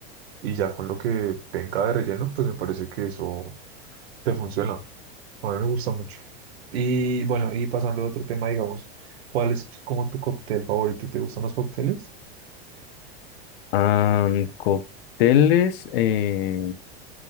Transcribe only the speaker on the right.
Y ya con lo que venga de relleno, pues me parece que eso te funciona. A mí me gusta mucho. Y bueno, y pasando a otro tema, digamos, ¿cuál es como tu cóctel favorito? ¿Te gustan los cócteles?